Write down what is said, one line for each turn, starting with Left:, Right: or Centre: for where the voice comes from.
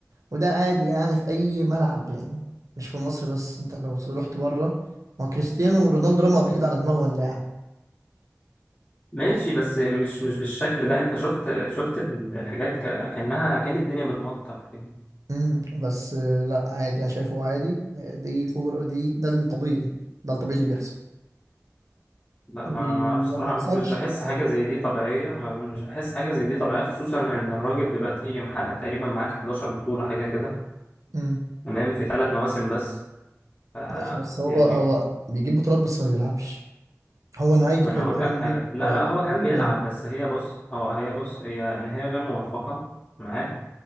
Right: وده عادي يعني في اي ملعب يعني مش في مصر بس انت لو رحت بره ما هو كريستيانو رونالدو رمى قبل كده على دماغه ولاعه
Left: ماشي بس مش مش بالشكل ده أنت شفت شفت ال- الحاجات ك- كأنها كان الدنيا بتمطر يعني.
Right: مم. بس آه، لا عادي انا شايفه عادي آه، دي كور دي ده الطبيعي ده الطبيعي اللي بيحصل
Left: لا
Right: ولو
Left: ما ما أعرفش صراحة
Right: ما حصلش
Left: مش بحس
Right: عادي
Left: حاجة زي دي طبيعية ما مش بحس حاجة زي دي طبيعية خصوصا إن الراجل دلوقتي محقق تقريبا معاك 11 بطولة حاجة كده
Right: مم.
Left: تمام في ثلاث مواسم بس ف
Right: ماشي بس هو
Left: يعني
Right: هو بيجيب بطولات بس ما بيلعبش هو نهايته
Left: ما انا
Right: كانت
Left: هقول
Right: زي
Left: لك
Right: نهاية
Left: حاجه لا
Right: آه،
Left: لا هو كان
Right: عثماني
Left: بيلعب بس هي بص اه هي بص هي نهايه غير موفقه معاك